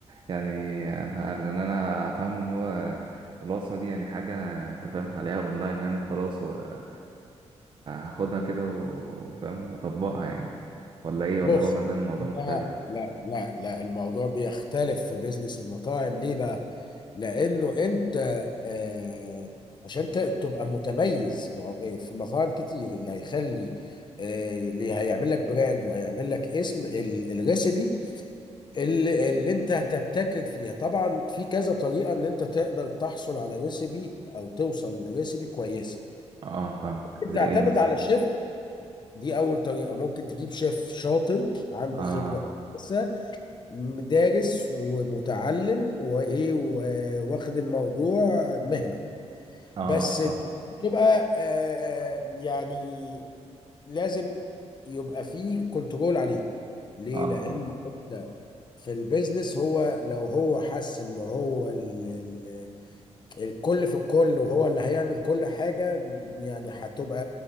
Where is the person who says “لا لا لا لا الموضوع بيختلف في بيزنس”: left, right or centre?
Left